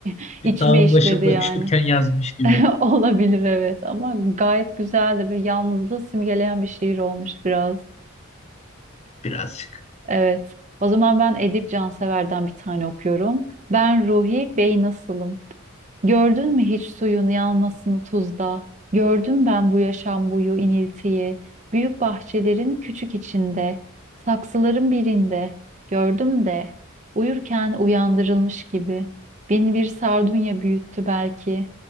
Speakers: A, on the right (about 35°); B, on the left (about 30°).
A: <laughs>
B: Bir
A: içime
B: dağın
A: işledi
B: başında
A: yani.
B: üşürken yazmış gibi
A: <laughs> Olabilir evet ama gayet güzel de bir yalnızlığı simgeleyen bir şiir olmuş biraz.
B: birazcık.
A: Evet. O zaman ben Edip Cansever'den bir tane okuyorum. Ben Ruhi Bey nasılım? Gördün mü hiç suyun yanmasını tuzda? Gördüm ben bu yaşam boyu iniltiyi. Büyük bahçelerin küçük içinde, saksıların birinde. Gördüm de uyurken uyandırılmış gibi. Beni bir sardunya büyüttü belki.